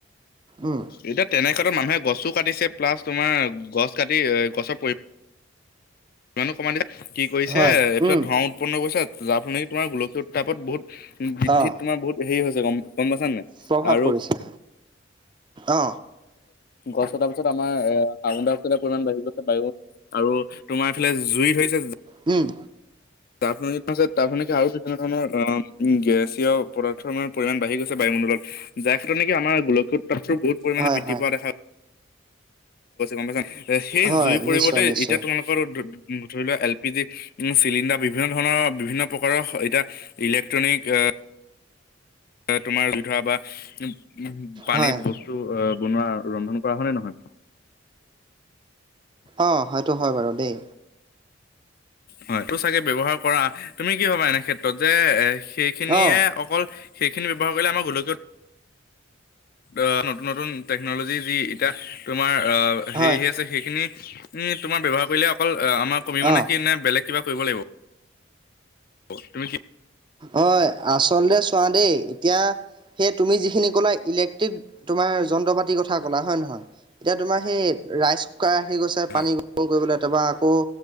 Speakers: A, on the right; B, on the left.
A: উম।
B: এতিয়া তেনে ক্ষেত্ৰত মানুহে গছো কাঢ়িছে প্লাছ তোমাৰ গছ কাটি এ গছৰ পৰি ইমাণো কমায় দিছে কি কৰিছে
A: হয়
B: এ এইফালত
A: উম
B: ধোঁৱাও উৎপন্ন কৰিছে যাৰ ফল নেকি তোমাৰ গোলকীয় উত্তাপত বহুত বৃদ্ধিত
A: অ'
B: তোমাৰ বহুত হেৰি হৈছে গম গম পাইছা নাই।
A: প্ৰভাৱ
B: আৰু
A: পৰিছে অ,
B: গছ কটাৰ পিছত আমাৰ এ কাৰ্বনডাই অক্সাইডৰ পৰিমাণ বাঢ়ি গৈছে বায়ুত আৰু তোমাৰ এইফালে জুই ধৰিছে জ
A: উম।
B: যাৰ ফলত নেকি <unintelligible> তেনেকুৱা ধৰণৰ আ উম গেছীয় পদাৰ্থৰ মানে পৰিমাণ বাঢ়ি গছে বায়ুণ্ডলত যাৰ ক্ষেত্ৰত নেকি আমাৰ গোলীয় উত্তাপতো বহুত পৰিমানে
A: হয়
B: বৃদ্ধি
A: হয়
B: পোৱা দেখা গম পাইছা সেই
A: হয়
B: জুই পৰিৰ্তে
A: নিশ্চয় নিশ্চয়
B: এতিয়া তোমালোকে, ধৰি লোৱা এল পি জি উ চিলিণ্ডাৰ বিভিন্ন ধৰণৰ বিভিন্ন প্ৰকাৰৰ এতিয়া। ইলেক্ট্ৰনিক আ তোমাৰ জুই ধৰা বা উ পানী
A: হয়
B: বস্তু আহ বনোৱা ৰন্ধন কৰা হয়নে নহয়।
A: অ সেইটো হয় বাৰু দেই।
B: হয় এইটো চাগে ব্যয়ৱহাৰ কৰা তুমি কি ভবা এনে ক্ষেত্ৰত যে এ, সেইখিনিয়ে
A: অ'
B: অকল সেইখিনি ব্যৱহাৰ কৰিলে আমাৰ গোলকীয় অ নতুন নতুন টেকনলজি যি এতিয়া তোমাৰ অ হেৰি
A: হয়
B: আছে। সেইখিনি উ তোমাৰ ব্যৱহাৰ কৰিলে অকল আমাৰ কমিব
A: অ'।
B: নে কি নে বেলেগ কিবা কৰিব লাগিব। অ তুমি কি,
A: হয় আচলতে চোৱা দেই এতিয়া সেই তুমি যিখিনি ক'লা ইলে তোমাৰ যন্ত্ৰ পাতি কথা ক'লা হয় নে নহয় এতিয়া তোমাৰ সেই ৰাই শুকাই আহি গৈছে
B: হয়?
A: পানী গৰল কৰিবলৈ কেতিয়াবা আকৌ,